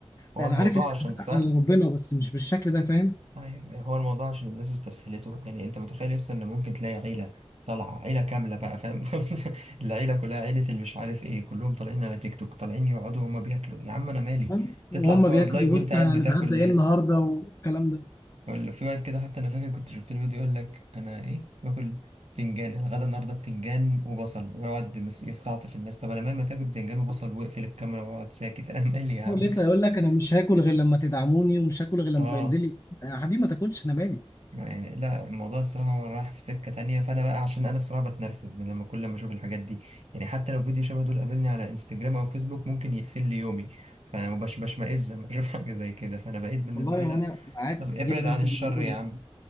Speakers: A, on the right; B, on the left.
A: هو
B: انا
A: الموضوع
B: عارف ان
A: عشان
B: الرزق
A: سهل
B: على ربنا بس مش بالشكل ده فاهم
A: أيوة يعني هو الموضوع عشان الناس استسهلته يعني انت متخيل لسه ان ممكن تلاقي عيلة طالعة عيلة كاملة بقى فاهم <laughs> العيلة كلها عيلة اللي مش عارف ايه كلهم طالعين على تيك توك طالعين يقعدوا وهما بياكلوا يا عم انا مالي
B: فاهم؟
A: تطلع
B: وهم
A: تقعد
B: بياكلوا
A: لايف وانت
B: بص
A: قاعد
B: هنتغدى
A: بتاكل ليه
B: ايه النهارده والكلام ده
A: ولا في وقت كده حتى انا فاكر كنت شفت له فيديو يقول لك انا ايه باكل بتنجان الغدا النهارده بتنجان وبصل ويقعد مس- يستعطف الناس طب انا مهما تاكل بتنجان وبصل واقفل الكاميرا واقعد ساكت <laughs> انا مالي يا عم
B: هو لقيت يقول لك انا مش هاكل غير لما تدعموني ومش هاكل
A: <laughs>
B: غير لما
A: اه
B: ينزل لي يا حبيبي ما تاكلش انا مالي
A: يعني لا الموضوع الصراحة هو رايح في سكة تانية فأنا بقى عشان أنا الصراحة بتنرفز من لما كل ما أشوف الحاجات دي يعني حتى لو فيديو شبه دول قابلني على انستجرام أو فيسبوك ممكن يقفل لي يومي فأنا مبش- بشمئز لما أشوف <laughs> حاجة زي كده فأنا بقيت بالنسبة
B: والله
A: لي
B: هو
A: لا
B: انا معاك
A: طب ابعد
B: جدا
A: عن
B: في
A: الشر
B: الموضوع
A: يا
B: ده
A: عم